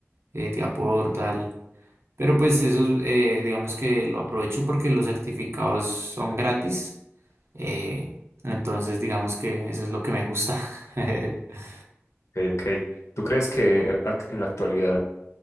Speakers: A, on the right; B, on the left.
A: eh, Tia Portal. Pero pues eso, eh, digamos que lo aprovecho porque los certificados son gratis. eh, entonces, digamos que eso es lo que me gusta. <laughs>
B: ok. ¿Tú crees que ac- en la actualidad